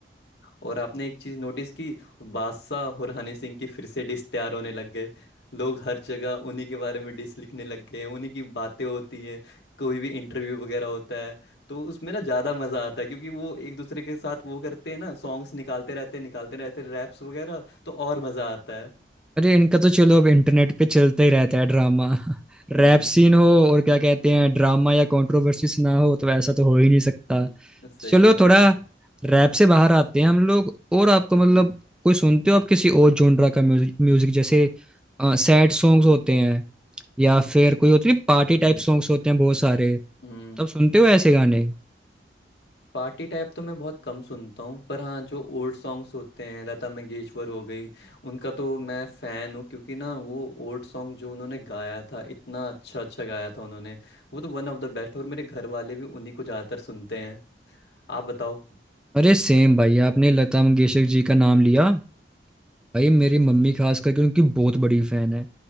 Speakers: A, on the left (about 70°); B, in the centre.
A: और आपने एक चीज नोटिस की बादशाह और हनी सिंह की फिर से डिस तैयार होने लग गए लोग हर जगह उन्हीं के बारे में डिस लिखने लग गए उन्हीं की बातें होती हैं कोई भी इंटरव्यू वगैरह होता है तो उसमें ना ज़्यादा मज़ा आता है क्योंकि वो एक दूसरे के साथ वो करते हैं ना सॉन्ग्स निकालते रहते हैं निकालते रहते हैं रैप्स वगैरह तो और मज़ा आता है
B: अरे इनका तो चलो अब इंटरनेट पे चलता ही रहता है ड्रामा रैप
A: हम्म
B: सीन हो और क्या कहते हैं ड्रामा या कंट्रोवर्सीज ना हो
A: हम्म
B: तो ऐसा तो हो ही नहीं सकता
A: हम्म,
B: तो
A: सही
B: चलो
A: बात
B: थोड़ा
A: है
B: रैप से बाहर आते हैं हम लोग और आपको
A: हम्म
B: मतलब कोई सुनते हो आप किसी और जोनरा का म्यूजिक म्यूजिक जैसे सैड सॉन्ग्स
A: हम्म
B: होते हैं या फिर कोई होती है पार्टी
A: हम्म
B: टाइप सॉन्ग्स होते हैं बहुत सारे
A: हम्म
B: तब सुनते हो ऐसे गाने
A: पार्टी टाइप तो मैं बहुत कम सुनता हूँ पर हाँ जो ओल्ड सॉन्ग्स होते हैं लता मंगेशकर हो गई उनका तो मैं फ़ैन हूँ क्योंकि ना वो ओल्ड सॉन्ग जो उन्होंने गाया था इतना अच्छा अच्छा गाया था उन्होंने वो तो वन ऑफ द बेस्ट और मेरे घर वाले भी उन्हीं को ज़्यादातर सुनते हैं आप बताओ
B: अरे सेम भाई आपने लता मंगेशकर जी का नाम लिया भाई मेरी
A: हम्म
B: मम्मी खास करके उनकी बहुत बड़ी फैन है